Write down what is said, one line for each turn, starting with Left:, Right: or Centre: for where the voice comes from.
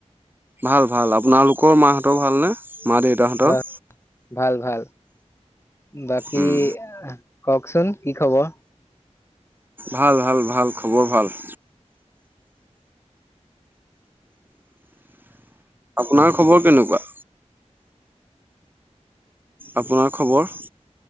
Right: ভাল ভাল আপোনালোকৰ মা হঁতৰ ভাল নে মা দেউতা হতৰ
Left: হয় ভাল ভাল বাকী
Right: উম
Left: অহ কওঁকচোন, কি খবৰ?
Right: ভাল, ভাল, ভাল, খবৰ ভাল। আপোনাৰ খবৰ কেনেকুৱা? আপোনাৰ খবৰ?